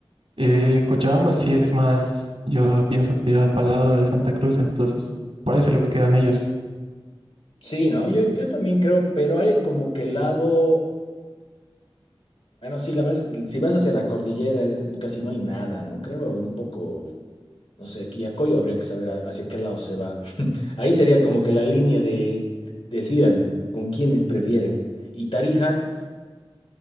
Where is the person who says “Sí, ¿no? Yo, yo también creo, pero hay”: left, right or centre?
Left